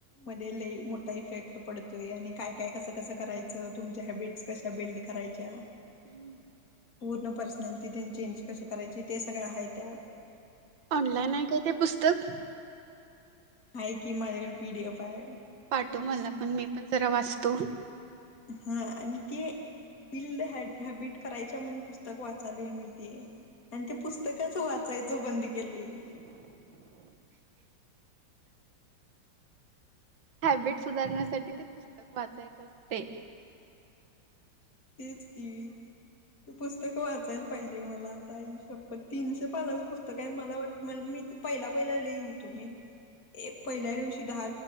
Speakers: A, on the left; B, on the right.
A: मध्ये ल मोठा इफेक्ट पडतोय आणि काय काय कसं कसं करायचं तुमच्या हॅबिट्स क. कशा बिल्ड करायच्या.
B: हम्म.
A: पूर्ण पर्सनॅलिटी तेन चेंज कशी करायची? ते सगळं हाय त्यात.
B: ऑनलाईन आहे काय ते पुस्तक?
A: हाय की माझ्याकडे पी डी एफ हाय.
B: पाठो मला पण मी पण जरा वाचतो.
A: ह आणि ते बिल् द ह हॅबिट करायच्या म्हणून पुस्तक वाचालय मी ते आणि ते पुस्तकाच वाचायचं बंद केलंय मी.
B: हॅबिट सुधारण्यासाठी ते पुस्तक वाचायचं असते.
A: तेच की. त पुस्तकं वाचायला पाहिजे मला आता ह शप्पर तीनशे पालाचं पुस्तक आहे मला वाट म मी. पहिला पहिला लिहऊ तु मी ए पहिल्या दिवशी दहा